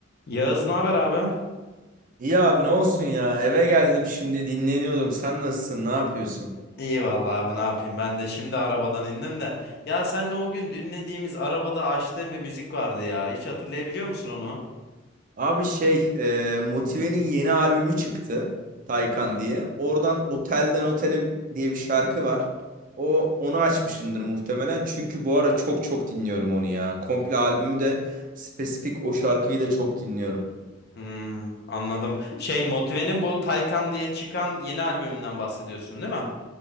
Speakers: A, on the left; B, on the right.
A: Yağız ne haber abi?
B: İyi abi ne olsun ya eve geldim şimdi dinleniyordum sen nasılsın ne yapıyorsun?
A: İyi vallahi abi ne yapayım ben de şimdi arabadan indim de. Ya senle o gün dinlediğimiz arabada açtığım bir müzik vardı ya. Hiç hatırlayabiliyor musun onu?
B: Abi şey e, Motive'nin yeni albümü çıktı Taycan diye oradan Otelden Otele diye bir şarkı var o onu açmışındır muhtemelen çünkü bu ara çok çok dinliyorum onu ya komple albümü de spesifik o şarkıyı da çok dinliyorum.
A: Hmm, anladım. Şey Motive'nin bu Taycan diye çıkan yeni albümünden bahsediyorsun değil mi?